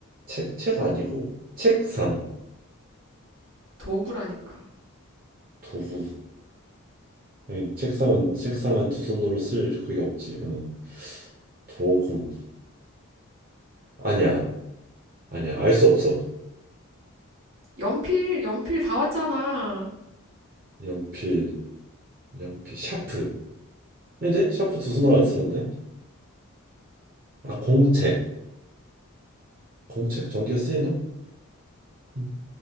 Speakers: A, on the right; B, on the right.
A: 책, 책 아니고 책상
B: 도구라니까.
A: 도구 아니 책상은 책상은 두 손으로 쓸 그게 없지 응. 도구 아니야. 아니야. 알 수 없어.
B: 연필, 연필 다 왔잖아.
A: 연필, 연필, 샤프. 아닌데? 샤프 두 손으로 안 쓰는데? 아, 공책. 공책 전기가 쓰이나? 음,